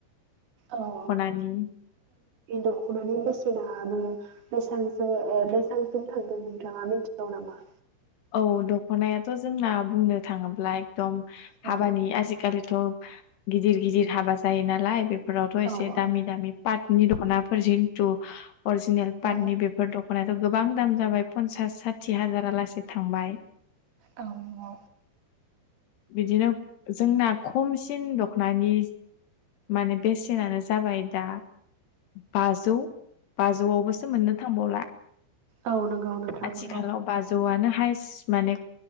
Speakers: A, on the right; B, on the left.
A: औ
B: दख'नानि
A: दख'नानि बेसेनाबो बेसांसो बेसांसिम थांदों नोंथाङा मिथिगौ नामा?
B: औ दख'नायाथ' जोंना बुंनो थाङोब्ला एकदम
A: औ
B: हाबानि आजिखालिथ' गिदिर गिदिर हाबा जायो नालाय बेफोरावथ' एसे
A: औ औ
B: दामि दामि पाटनि द दखनाफोर जिन्तु अरिजिनेल पातनि
A: औ
B: बेफोर द दखनायाथ' गोबां दाम जाबाय पनसास साथि हाजारालासे थांबाय।
A: औ नंगौ।
B: बिदिनो जोंना खमसि सिन दख'नानि माने बेसेनानो जाबाय दा बाजौ बाजौआवबोसो मोननो थांबावला
A: औ नंगौ नोंथां
B: आथिखालाव
A: नंगौ
B: बाजौआनो हाइस माने